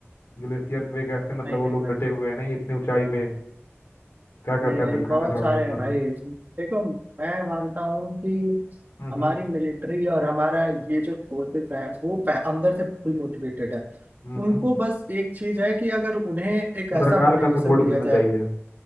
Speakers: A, on the left; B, on the right.
A: ग्लेशियर पे कैसे मतलब
B: नहीं
A: वो
B: नहीं
A: लोग
B: मैं
A: डटे हुए हैं नहीं इतनी ऊंचाई पे क्या कहता
B: नहीं नहीं
A: है कहना
B: बहुत
A: चाहोगे
B: सारे
A: इस
B: हैं
A: बारे
B: भाई
A: में
B: देखो मैं मानता हूँ कि
A: हम्म
B: हमारी मिलिट्री और हमारा ये जो फोर्सेस है वो पह- अंदर से फुल मोटिवेटेड है
A: हम्म
B: उनको
A: हम्म।
B: बस एक चीज है कि अगर उन्हें एक
A: सरकार
B: ऐसा मोटिवेशन
A: का सपोर्ट
B: दिया
A: मिलना
B: जाए
A: चाहिए